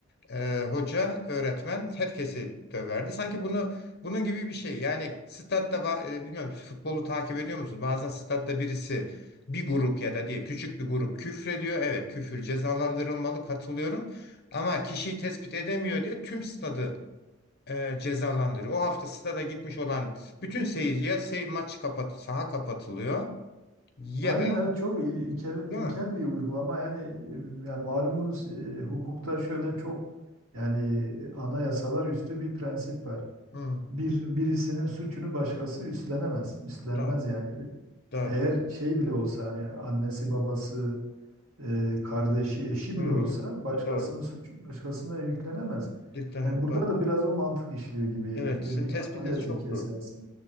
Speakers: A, on the left; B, on the right.
A: Ee, hoca, öğretmen herkesi döverdi. Sanki bunu bunun gibi bir şey. Yani statta ba- e, bilmiyorum futbolu takip ediyor musunuz? Bazen statta birisi bir grup ya da diye küçük bir grup küfrediyor. Evet, küfür cezalandırılmalı katılıyorum. Ama kişiyi tespit edemiyor diye tüm stadı e, cezalandırıyor. O hafta stada gitmiş olan bütün seyirci ya sey maç kapat saha kapatılıyor ya
B: Aynen
A: da
B: evet, çok il- ilkel ilkel
A: değil mi?
B: bir uygulama yani, e, yani malumunuz e, hukukta şöyle çok yani e, anayasalar üstü bir prensip var.
A: Hı,
B: Bir birisinin suçunu başkası üstlenemez. Üstlenmez
A: doğru.
B: yani.
A: Doğru.
B: Eğer şey bile olsa hani annesi babası e, kardeşi, eşi
A: Hı,
B: bile
A: hı,
B: olsa başkasının
A: doğru.
B: suçu başkasına yüklenemez.
A: Dikkat edin,
B: Yani burada
A: Doğru.
B: da biraz o mantık işliyor gibi
A: Evet,
B: bir
A: sizin
B: bir
A: tespitiniz
B: adalet
A: çok
B: ilkesi
A: doğru.
B: aslında.